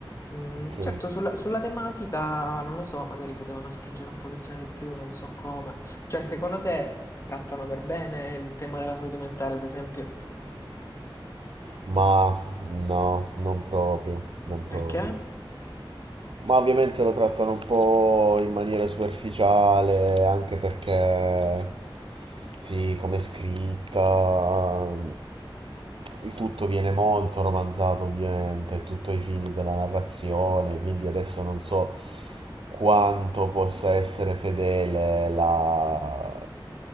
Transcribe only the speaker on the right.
Ok.
Ma no, non proprio, non proprio.
Ma ovviamente lo trattano un po' in maniera superficiale, anche perché, sì, come è scritta, il tutto viene molto romanzato, ovviamente, tutto ai fini della narrazione, quindi adesso non so quanto possa essere fedele la,